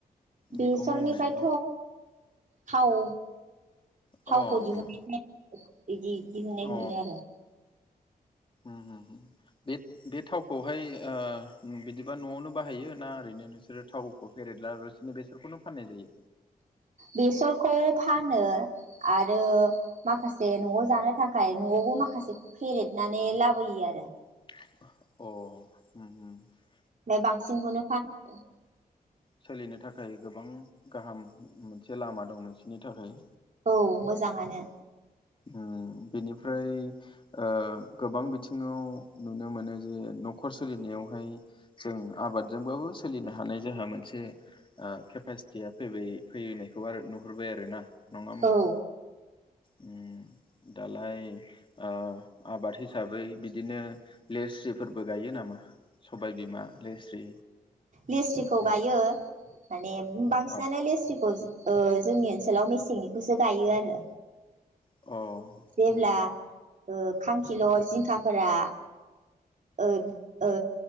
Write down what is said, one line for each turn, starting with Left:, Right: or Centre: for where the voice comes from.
Right: बेसरनिफ्रायथ'
Left: बेखौ मावनायाव
Right: थाव
Left: अ
Right: थावखौ दिहु
Left: अ
Right: <unintelligible> इदि <unintelligible> होननाय
Left: अ
Right: मोनो आरो
Left: उम उम बे बे थावखौहाय ओ बिदिबा नआवनो बाहायो ना ओरैनो नोंसोरो थावखौ फेरेदला लासिनो बेसरखौनो फाननाय जायो।
Right: बेसरखौ फानो आरो माखासे न'आव
Left: अ
Right: जानो थाखाय न'आव <unintelligible> माखासे फेरेदनानै लाबोयो आरो
Left: अ हम हम
Right: ओमफ्राय बांसिनखौनो फानोहरो।
Left: सोलिनो थाखाय गोबां गाहाम मोनसे लामा दं नोंसोरनि थाखाय
Right: औ मोजाङानो
Left: ओम बेनिफ्राय ओ‌ गोबां बिथिङाव नुनो मोनो जे न'खर सोलिनायाव हाय जों आबादजोंबाबो सोलिनो हानाय जोंहा मोन मोनसे केपासिटिया फैबाय फैनायखौ आरो नुहरबाय आरो ना नङा होमबा?
Right: औ
Left: उम दालाय ओ आबाद हिसाबै बिदिनो लेस्रिफोरबो गायो नामा? सबायबिमा लेस्रि
Right: लेस्रिखौ
Left: उम
Right: गायो। माने बांसिनानो
Left: अ
Right: लेस्रिखौ ओ जोंनि ओनसोलाव मेसेंनिखौसो गायो आरो।
Left: अ
Right: जेब्ला
Left: उम
Right: ओ खांखिलर
Left: उम
Right: जिंखाफोरा ओ ओ